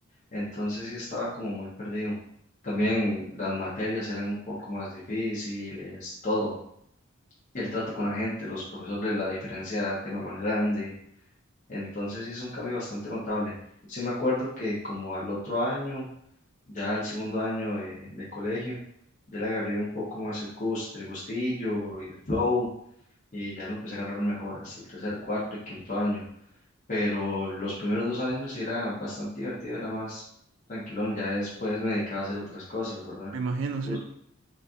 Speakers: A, on the left; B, on the right.
A: Entonces sí estaba como muy perdido. También las materias eran un poco más difíciles, todo. el trato con la gente, los profesores, la diferencia tiene más grande. Entonces sí es un cambio bastante notable. Sí me acuerdo que como al otro año, ya al segundo año de, de colegio, ya le agarré un poco más el gust, el gustillo, y el flow, y ya lo empecé a agarrar mejor hasta el tercer, cuarto y quinto año. Pero los primeros dos años sí era bastante divertido, era más tranquilón, ya después me dedicaba a hacer otras cosas, ¿verdad?
B: Me imagino, sí.
A: ¿Us-